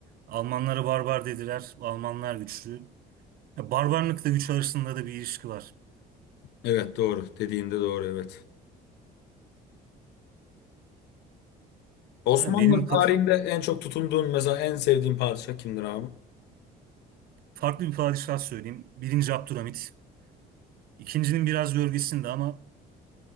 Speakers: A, on the right (about 60°); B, on the left (about 80°).
A: Almanlara barbar dediler, Almanlar güçlü. Ya barbarlıkla güç arasında da bir ilişki var.
B: Evet doğru. Dediğinde doğru evet. Osmanlı
A: Ha, benim kapı-
B: tarihinde en çok tutunduğun mesela en sevdiğin padişah kimdir abi?
A: farklı bir padişah söyleyeyim. Birinci Abdülhamit. İkincinin biraz gölgesinde ama